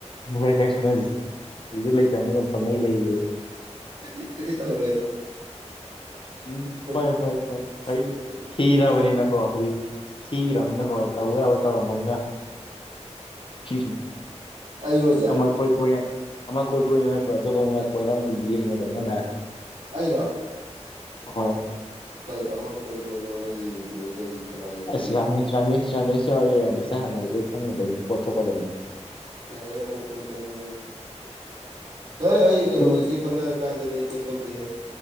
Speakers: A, on the left (about 45°); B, on the right (about 80°).
A: ꯎ ꯐꯣꯏ ꯐꯔꯦ ꯈꯟꯅꯁꯤ ꯍꯧꯖꯤꯛꯇ ꯂꯩꯇꯥꯟꯅꯤ ꯑꯗꯨꯝ ꯄꯪꯉꯩ ꯂꯩ ꯍꯣꯏ
B: ꯈꯣꯢꯗꯤ ꯈꯣꯢꯗꯤ ꯇꯧꯔꯣꯏꯗ
A: ꯎꯝ
B: ꯑꯩꯈꯣꯏꯗꯤ
A: ꯍꯣꯏ
B: ꯑꯩꯈꯣꯏꯗꯤ
A: ꯍꯣꯏ ꯍꯣꯏ ꯑꯩ
B: ꯑꯩꯈꯣꯏꯗꯤ
A: ꯈꯤꯔꯥꯕꯅꯤ
B: ꯒ꯭ꯌꯥꯟ
A: ꯅꯪ ꯀꯣ ꯍꯧꯖꯤꯛ ꯈꯤꯈ꯭ꯔꯕꯅꯤꯅꯀꯣ ꯇꯧ ꯌꯥꯕ ꯇꯧꯔꯝꯃꯝꯅ <unintelligible>
B: ꯑꯩꯔꯣ ꯑꯣꯖꯥ
A: ꯑꯃ ꯀꯣꯏ ꯀꯣꯏꯅ ꯑꯃ ꯀꯣꯏ ꯀꯣꯏꯏꯅ ꯅꯠꯇ꯭ꯔꯣ ꯑꯇꯣꯞꯄ ꯑꯃ ꯀꯣꯏꯔꯝ ꯌꯦꯡꯉꯦꯗꯅꯅ
B: ꯑꯩꯔꯣ
A: ꯍꯣꯏ
B: ꯀꯩ ꯑꯃ ꯀꯣꯏ ꯀꯣꯏꯅ ꯑꯃ ꯌꯦꯡꯉꯤꯗꯗꯒꯤ ꯀꯩ ꯀꯅꯥ ꯌꯦꯡꯗꯣꯔꯤꯒꯦ
A: ꯑꯁ ꯔꯥꯃꯦꯁ ꯔꯥꯃꯦꯁ ꯔꯥꯃꯦꯁ ꯌꯥꯎꯔꯤ ꯔꯥꯃꯦꯁꯅ ꯍꯪꯉꯒꯛ ꯂꯣꯏ ꯈꯪꯒꯗꯕꯅꯤ ꯄꯣꯠ ꯊꯣꯛꯀꯗꯕꯅꯤ
B: ꯍꯦ ꯌꯥꯝꯃ ꯀꯣꯏ ꯀꯣꯏꯅꯦ ꯍꯣꯏ ꯑꯩ
A: ꯅꯨꯄꯤ
B: ꯀꯩꯅꯣꯁꯤ ꯈꯪꯅꯔꯤ ꯀꯥꯟꯗꯗꯤ ꯑꯩ ꯀꯩꯝ ꯇꯧꯗꯦꯍꯦ